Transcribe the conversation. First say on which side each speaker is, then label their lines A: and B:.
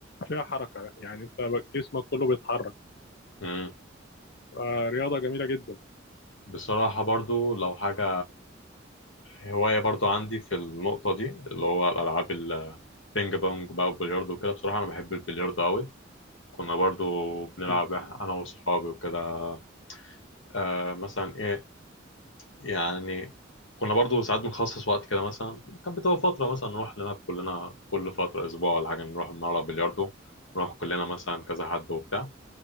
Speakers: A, on the left; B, on the left.
A: فيها حركة يعني انت جسمك كله بيتحرك
B: مم.
A: آه، رياضة جميلة جدا
B: بصراحة برضو لو حاجة هواية برضو عندي في النقطة دي اللي هو الألعاب البينج بونج بقى والبلياردو وكده بصراحة أنا بحب البلياردو أوي كنا برضو بنلعب
A: مم.
B: أنا وأصحابي وكده آه مثلا إيه يعني كنا برضو ساعات بنخصص وقت كده مثلا كانت بتبقى فترة مثلا نروح نلعب كلنا كل فترة أسبوع ولا حاجة نروح نلعب بلياردو نروح كلنا مثلا كذا حد وبتاع